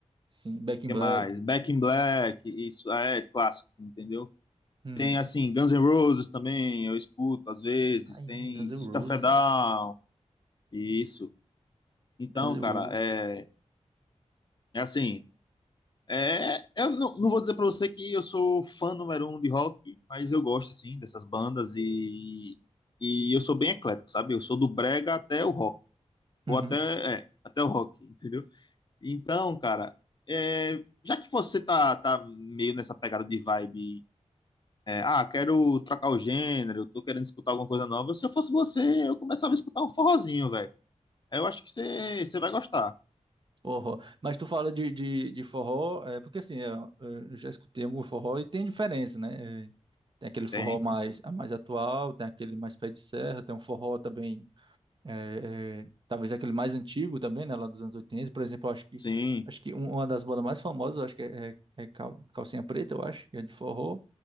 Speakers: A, on the right (about 40°); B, on the left (about 40°).
A: Sim, Back in
B: que
A: Black.
B: mais? Back in Black, isso é clássico, entendeu?
A: Uhum.
B: Tem, assim, Guns N' Roses também, eu escuto às vezes.
A: Ai,
B: Tem
A: é, Guns
B: System
A: N' Roses.
B: of a Down, isso. Então,
A: Guns N'
B: cara,
A: Roses.
B: é, é assim. É, eu não, não vou dizer pra você que eu sou fã número um de rock, mas eu gosto, assim, dessas bandas e, e eu sou bem eclético, sabe? Eu sou do brega até o rock, ou
A: Uhum.
B: até, é, até o rock, <laughs> entendeu? Então, cara, é, já que você tá, tá meio nessa pegada de vibe é, ah, quero trocar o gênero, tô querendo escutar alguma coisa nova. Se eu fosse você, eu começava a escutar um forrozinho, velho. Eu acho que você você vai gostar.
A: Forró. Mas tu fala de, de, de forró, é, porque assim, eu, eu já escutei algum forró e tem diferença, né? É, tem aquele forró
B: Tem, tem.
A: mais, mais atual, tem aquele mais pé de serra, tem um forró também É, é, talvez aquele mais antigo também, né, lá dos anos 80 por exemplo, eu acho que
B: Sim.
A: acho que um- uma das bandas mais famosas, eu acho que é, é, é Cal- Calcinha Preta, eu acho, que é de forró,